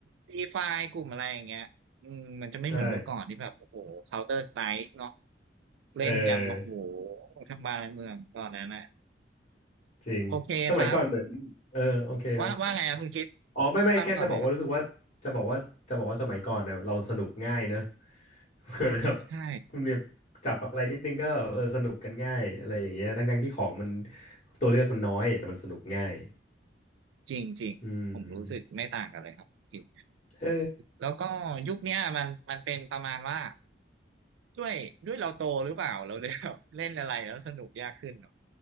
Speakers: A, on the right; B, on the left.
A: Free Fire กลุ่มอะไรอย่างเงี้ยอืมมันจะไม่เหมือนเมื่อก่อนที่แบบโอ้โห
B: ใช่
A: Counter Strike เนาะเล่นกันโอ้โห
B: เออ
A: ทั้งบ้านทั้งเมืองตอนนั้นอ่ะ
B: จริง
A: โอเคครับ
B: สมัยก่อนเหมือนเออโอเคครับ
A: ว่าว่าไงครับคุณคิด
B: อ๋อไม่ไม่แค่จะบอกว่ารู้สึกว่าจะบอกว่าจะบอกว่าสมัยก่อนเนี่ยเราสนุกง่ายเนอะ
A: ตั้งก่อนเลยครับ
B: <laughs> เหมือนแบบ
A: ใช่
B: คุณเนี่บจับอะไรนิดนึงก็เออสนุกกันง่ายอะไรอย่างเงี้ยทั้งทั้งที่ของมันตัวเลือกมันน้อย แต่มันสนุกง่าย
A: จริงจริงผมรู้สึกไม่ต่างกันเลยครับจริง
B: อืมเออ
A: แล้วก็ยุคเนี้ยมันมันเป็นประมาณว่าด้วยด้วยเราโตหรือเปล่าเราเลยแบบเล่นอะไรแล้วสนุกยากขึ้นเนอะ